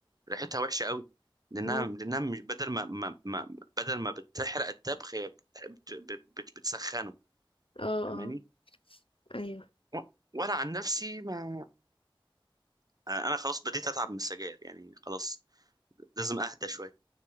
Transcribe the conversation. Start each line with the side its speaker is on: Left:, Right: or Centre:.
Right: ريحتها وحشه قوي لانها
Left: إمم،
Right: لانها مش بدل ما, ما, ما بدل ما بتحرق الطبخ هي بت- بت- بت- بتسخنه
Left: آه،
Right: فاهماني
Left: آه، أيوه،
Right: و- وانا عن نفسي ما انا خلاص بديت اتعب من السجاير يعني خلاص لازم اهدى شويه